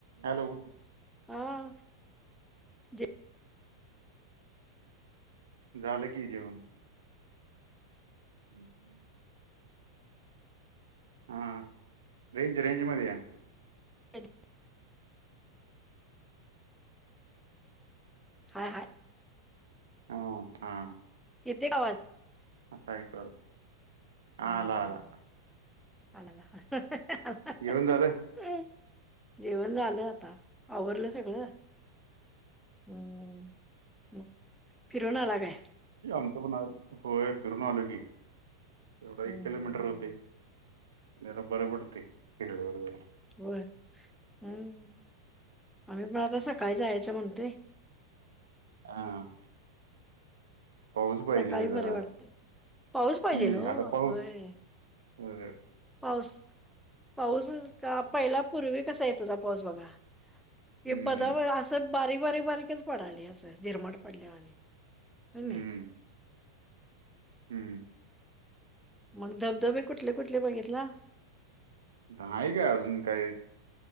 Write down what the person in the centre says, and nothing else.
हा. जे
रेंज हाय हाय.
येतय आवाज.
हम्म
हम्म,
हम्म. आला आवाज.
अ, जेवण झालं आता. आवरलं सगळं. हम्म, फिरून आला काय?
हम्म
हम्म, हम्म,
हम्म.
होय. हम्म, आम्ही पण आता सकाळी जायचं म्हणतोय.
सकाळी
बरे वाटते पाऊस पाहिजेल
हो
होय
पाऊस, पाऊसच का, पहिला पूर्वी कसा येत होता पाऊस बघा हे
बदावया असं बारीक बारीक बारीकच पडालय असं, झिरमाट पडल्या वाणी. कणी.
मग धबधबे कुठले, कुठले बघितला.